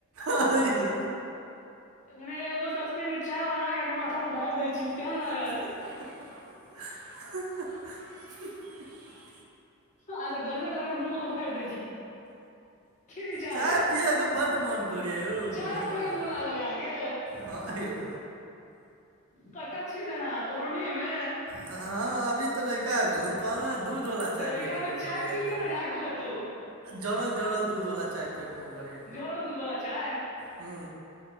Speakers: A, on the right; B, on the left.
A: आइयो
B: अखने एगो सस्पेन मे चाय बना के आहाँ के माथा पर ढैर देैय छी। केहन
A: ह-ह-ह-ह
B: लागत आय गरमे -गरमे मुँह मे कऽ ढैर दै छी। की विचार
A: चाय
B: अइ
A: पियके बड मोन करै या यौ
B: चाय
A: मुकुल
B: पिये
A: भाय
B: के मोन लागल अय अहाँके
A: हँ यौ।
B: कतऽ छियै अखैन आँहा पखरौनिये मे
A: हँ अभी तऽ भैय। तऽ आयब गेलै कहलौ दूधवला
B: तऽ
A: चाय
B: रैका
A: पियैके
B: मे
A: मौन
B: चाय
A: करैया
B: पी
A: एकदम।
B: लिअ ने जाकऽ कतौ
A: जड़ल -जड़ल दूधवला चाय पियैके मोन करैया
B: झरल दूध वाला चाय
A: हूँ।